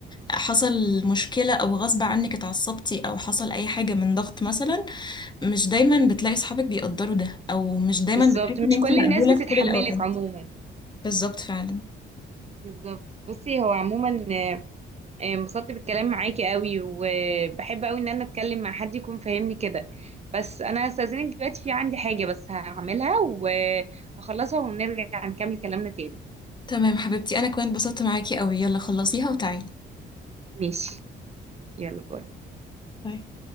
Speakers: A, on the left (about 20°); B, on the right (about 35°).
A: حصل مشكله او غصب عنك اتعصبتي او حصل اي حاجه من ضغط مثلا مش دايما بتلاقي صحابك بيقدروا ده او مش دايما
B: بالظبط
A: بتحسي
B: مش
A: ان انت
B: كل
A: مقبوله
B: الناس بتتحملك
A: في كل الاوقات
B: عموما
A: بالظبط فعلا
B: بالظبط بصي هو عموما آه، آه، انبسطت بالكلام معاكي قوي وبحب قوي ان انا اتكلم مع حد يكون فاهمني كده بس انا هستأذنك دلوقتي في عندي حاجة بس هعملها وهخلصها ونرجع نكمل كلامنا تاني
A: تمام حبيبتي انا كمان اتبسطت معاكي قوي يلا خلصيها وتعالي
B: ماشي يلا باي
A: باي